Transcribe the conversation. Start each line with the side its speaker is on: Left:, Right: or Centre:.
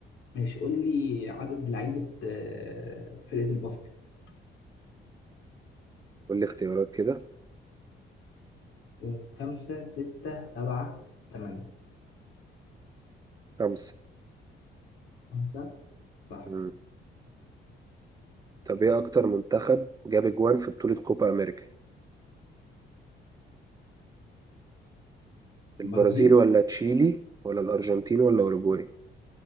Left: ماشي قول لي عدد لعيبة آه فرقة الباسكت
Right: قول لي اختيارات كده
Left: آه خمسة ستة سبعة تمانية
Right: خمسة
Left: خمسة صح
Right: مم. طب إيه أكتر منتخب جاب أجوان في بطولة كوبا أمريكا البرازيل
Left: البرازيل
Right: ولا تشيلي ولا الأرجنتين ولا أوروجواي